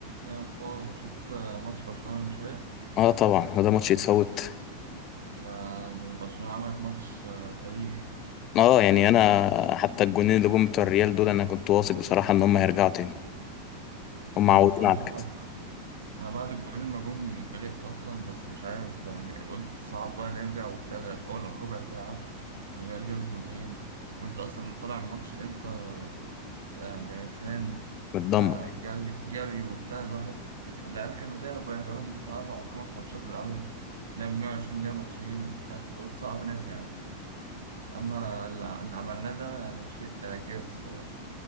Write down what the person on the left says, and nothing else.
اه طبعا هو ده ماتش يتفوت
اه يعني انا حتى الجونين اللي جم بتوع الريال دول انا كنت واثق بصراحه ان هم هيرجعوا تاني هم
عودونا
على كده
متدمر